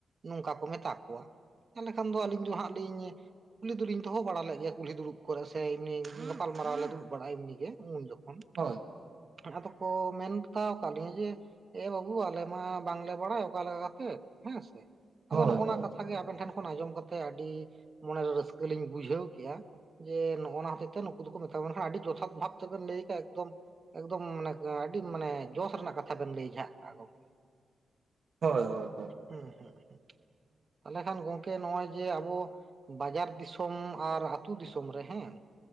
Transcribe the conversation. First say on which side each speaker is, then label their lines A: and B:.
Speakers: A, on the right; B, on the right.
A: ᱱᱚᱝᱠᱟ ᱠᱚ ᱢᱮᱛᱟ ᱠᱚᱣᱟ, ᱛᱟᱞᱮ ᱠᱷᱟᱱ ᱫᱚ ᱟᱹᱞᱤᱧ ᱫᱚ ᱦᱟᱸᱜ ᱞᱤᱧ ᱠᱩᱞᱤ ᱫᱩᱞᱤᱧ ᱫᱚᱦᱚ ᱵᱟᱲᱟ ᱞᱮᱜ ᱜᱮᱭᱟ ᱠᱩᱞᱦᱤ ᱫᱩᱲᱩᱵ ᱠᱚᱨᱮ ᱥᱮ ᱮᱢᱱᱤ ᱜᱟᱯᱟᱞᱢᱟᱣ ᱞᱮ ᱫᱩᱲᱩᱵ ᱵᱟᱲᱟᱭ ᱮᱢᱱᱤ ᱜᱮ ᱩᱱ ᱡᱚᱠᱷᱚᱱ᱾
B: ᱦᱳᱭ᱾
A: ᱟᱬᱦᱟ ᱛᱚᱠᱠᱚ ᱢᱮᱱᱛᱟᱣ ᱠᱟᱷ ᱞᱤᱧᱟᱹ ᱡᱮ ᱮ ᱵᱟᱵᱩ ᱟᱞᱮ ᱢᱟ ᱵᱟᱝᱞᱮ ᱵᱟᱲᱟᱭ ᱚᱠᱟ ᱞᱮᱠᱟ ᱠᱟᱛᱮᱜ ᱦᱮᱸᱻᱥᱮ ᱟᱫᱚ
B: ᱦᱳᱭ
A: ᱱᱚᱜᱼᱚ
B: ᱦᱳᱭ
A: ᱱᱟ ᱠᱟᱛᱷᱟ ᱛᱟ ᱜᱮ ᱟᱵᱮᱱ ᱴᱷᱮᱱ ᱠᱷᱚᱱ ᱟᱸᱡᱚᱢ ᱠᱟᱛᱮ ᱟᱰᱤ ᱢᱚᱱᱮᱨᱮ ᱨᱟᱹᱥᱠᱟᱹ ᱞᱤᱧ ᱵᱩᱡᱷᱟᱹᱣ ᱠᱮᱼᱟ᱾ ᱡᱮ ᱱᱚᱜᱼᱚ ᱱᱟ ᱦᱚᱛᱮᱡ ᱛᱮ ᱱᱩᱠᱩ ᱫᱚᱠᱚ ᱢᱮᱛᱟ ᱠᱚ ᱦᱟᱸᱜ, ᱟᱹᱰᱤ ᱡᱚᱛᱷᱟᱛ ᱵᱷᱟᱵᱽ ᱛᱮᱵᱮᱱ ᱞᱟᱹᱭ ᱠᱟᱜ ᱮᱠᱫᱚᱢ ᱮᱠᱫᱚᱢ ᱢᱟᱱᱮ ᱟᱰᱤ ᱢᱟᱱᱮ ᱡᱚᱥ ᱨᱮᱱᱟᱜ ᱠᱟᱛᱷᱟ ᱵᱮᱱ ᱞᱟᱹᱭ ᱡᱷᱟᱜ ᱠᱟᱜᱼᱟ ᱜᱚᱝᱠᱮ᱾
B: ᱦᱳᱭ, ᱦᱳᱭ, ᱦᱳᱭ᱾
A: ᱦᱩᱸ-ᱦᱩᱸ, ᱦᱩᱸᱜ, ᱛᱟᱞᱮ ᱠᱷᱟᱱ ᱜᱚᱝᱠᱮ ᱱᱚᱜᱼᱚᱸᱭ ᱡᱮ ᱟᱵᱚ ᱵᱟᱡᱟᱨ ᱫᱤᱥᱚᱢ ᱟᱨ ᱟᱛᱩ ᱫᱤᱥᱚᱢ ᱨᱮ ᱦᱮᱸᱻ